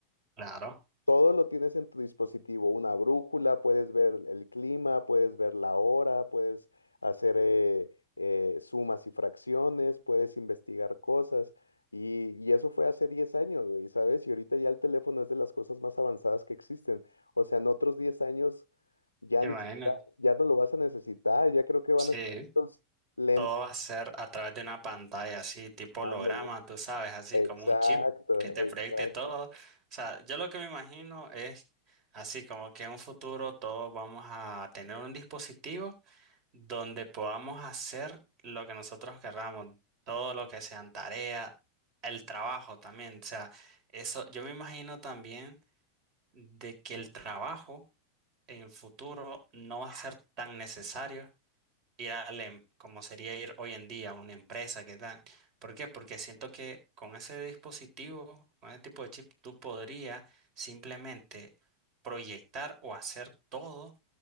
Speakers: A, on the right; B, on the left.
A: Claro,
B: Todo lo tienes en tu dispositivo, una brújula, puedes ver el clima, puedes ver la hora, puedes hacer eh, eh, sumas y fracciones, puedes investigar cosas. Y, y eso fue hace 10 años, güey, ¿sabes? Y ahorita ya el teléfono es de las cosas más avanzadas que existen. O sea, en otros 10 años ya
A: imagínate.
B: ni siquiera- ya no lo vas a necesitar, ya creo que van
A: Sí.
B: a estar estos lentes.
A: Todo va a ser a través de una pantalla así, tipo
B: Ándale.
A: holograma, tú sabes, así
B: Exacto,
A: como un chip que te
B: exacto.
A: proyecte todo. O sea, yo lo que me imagino es así como que en un futuro todos vamos a tener un dispositivo donde podamos hacer lo que nosotros querramos, todo lo que sean tareas, el trabajo también. O sea, eso yo me imagino también de que el trabajo en el futuro no va a ser tan necesario ir a la em- como sería ir hoy en día a una empresa, ¿qué tal? ¿Por qué? Porque siento que con ese dispositivo, con ese tipo de chip, tú podrías simplemente proyectar o hacer todo